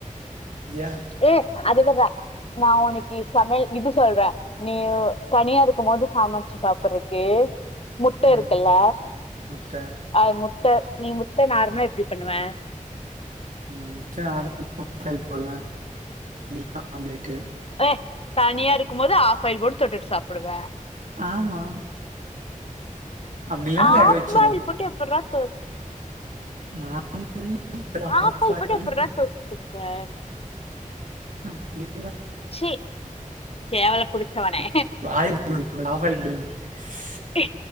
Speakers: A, on the right; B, on the left.
A: சரியா
B: ஏ அதுக தா நா உனைக்கி சமையல் இது சொல்றே நீ தனியா இருக்குபோது சமச்சு சாப்பறக்கே முட்ட இருக்குல்ல
A: ம் முட்ட
B: அது முட் ட நீ முட்ட நார்மலா எப்டி பண்ணுவ
A: ம் <inaudible> போடுவே <inaudible> ஆம்லேட்டு
B: ஏ தனியா இருக்குபோது ஆஃப் பாயில் போட் தொட்டுட் சாப்புடுவே
A: ஆமா அப்டி இல்லன்னா
B: ஆஃப்
A: வேக வச்சிருவே
B: பாய்ல் போட்டு எப்பிட்ரா தொ
A: நாங்கெல்லா
B: ஆஃப் பாயில்
A: ஆயிலு
B: போட்டு எப்பிட்ரா தொட்டுப்பே
A: அப்டி
B: ச்சீ கேவல புடிச்சவனே
A: <inaudible> வாய மூடு <inaudible> ஆஃப் பாயில் <unintelligible>
B: ஏ